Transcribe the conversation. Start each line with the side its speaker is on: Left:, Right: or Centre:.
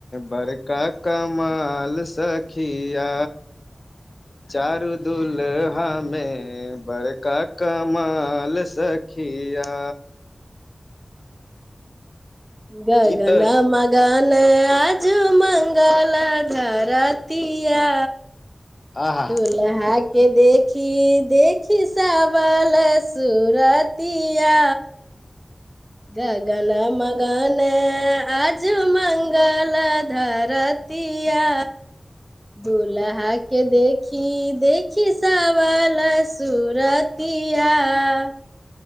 Left: बड़का कमाल सखि खिया चारू दुलहमे बड़का कमाल सखिया
Right: ग
Left: ई
Right: ग
Left: तऽ
Right: न म गान आजू मंगल धरतििया
Left: आहा
Right: अूल के देखी देखी संबल सुरतिया गगन मगन आजु मङ्गलत धरतिया दुूल्हा के देखी देखि ससांबलसूरतीया तिया